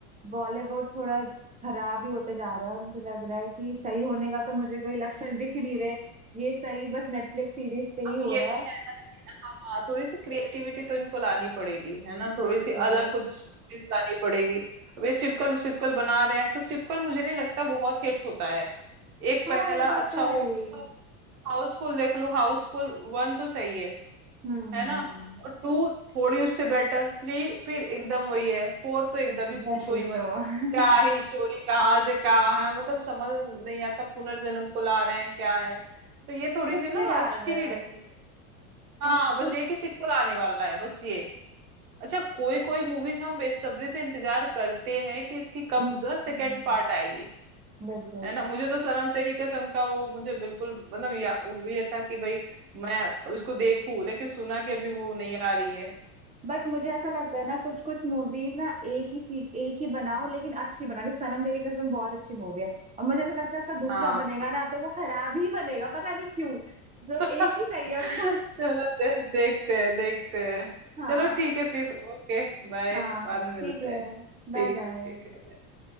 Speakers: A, on the right (about 15°); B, on the right (about 80°).
A: बॉलीवुड थोड़ा खराब ही होते जा रहा है और मुझे लग रहा है कि सही होने का तो मुझे कोई लक्षण <laughs> दिख ही नहीं रहे ये सही बस नेटफ्लिक्स सीरीज पे
B: अब
A: ही हो
B: यही
A: रहा है
B: है ना कि हाँ थोड़ी सी क्रिएटिविटी तो इनको लानी पड़ेगी है ना थोड़ी
A: बिल्कुल
B: सी अलग कुछ स्टोरीज लानी पड़ेगी अब ये सिक्वल सिक्वल बना रहे हैं तो सिक्वल मुझे नहीं लगता बहुत हिट होता है एक
A: हाँ
B: पहला
A: ये बात
B: अच्छा
A: तो
B: हो
A: है ही
B: गया तो हाउसफुल देख लो हाउसफुल वन तो सही है
A: हम्म हम्म
B: है ना
A: हम्म।
B: और टू थोड़ी उससे बेटर थ्री फिर एकदम वही है फोर तो एकदम ही
A: वही
B: पूछो ही मत
A: तो <laughs>
B: क्या ही स्टोरी कहाँ से कहाँ है मतलब समझ नहीं आता पुनर्जन्म को ला रहे हैं क्या है तो ये थोड़ी
A: कुछ
B: सी ना
A: भी डाल
B: अच्छी
A: रहे
B: नहीं
A: हैं
B: लगती है हाँ
A: हाँ
B: बस
A: कुछ
B: ये कि सिक्वल आने वाला है बस ये अच्छा कोई
A: हाँ
B: कोई मूवीज हम बेसब्री से इंतजार करते हैं कि इसकी कब
A: हम्म, हम्म,
B: द सेकेंड
A: हम्म,
B: पार्ट
A: हम्म।
B: आएगी
A: बिल्कुल
B: है ना मुझे तो सनम तेरी कसम का वो मुझे बिल्कुल मतलब या, वो ये था कि भाई मैं उसको देखूं लेकिन सुना कि अभी वो नहीं आ रही है
A: बट मुझे ऐसा लगता है ना कुछ कुछ मूवीज ना एक ही सीख एक ही बनाओ
B: हाँ
A: लेकिन अच्छी बनाओ जैसे सनम तेरी कसम बहुत अच्छी मूवी है और मुझे ऐसा लगता है इसका दूसरा
B: हाँ
A: बनेगा
B: हाँ
A: ना तो वो खराब ही बनेगा पता नहीं क्यों तो
B: <laughs>
A: एक ही
B: चलो
A: सही है उनका
B: दे, देखते हैं देखते हैं
A: हाँ
B: चलो ठीक है फिर ओके बाय
A: हाँ
B: बाद में
A: ठीक
B: मिलते
A: है
B: हैं
A: Bye
B: ठीक
A: bye
B: है ठीक है bye।